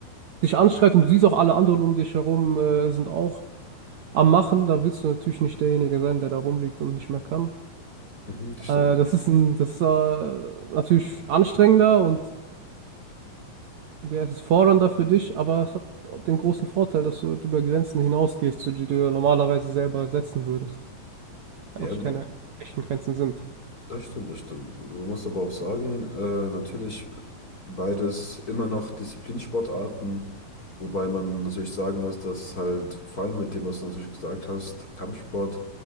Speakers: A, on the right (about 65°); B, on the left (about 25°).
A: dich anschreit und du siehst auch alle anderen um dich herum, äh, sind auch am Machen, da willst du natürlich nicht derjenige sein, der da rumliegt und nicht mehr kann.
B: Mhm, das stimmt.
A: Äh, das ist ein, das ist äh, natürlich anstrengender und Ja, es ist fordernder für dich, aber es hat den großen Vorteil, dass du über Grenzen hinausgehst, die du dir normalerweise selber setzen würdest. Eigentlich
B: Ja,
A: keine echten Grenzen sind.
B: Das stimmt, das stimmt. Also man muss aber auch sagen, äh, natürlich beides immer noch Disziplinsportarten, wobei man natürlich sagen muss, dass halt vor allem mit dem, was du natürlich gesagt hast, Kampfsport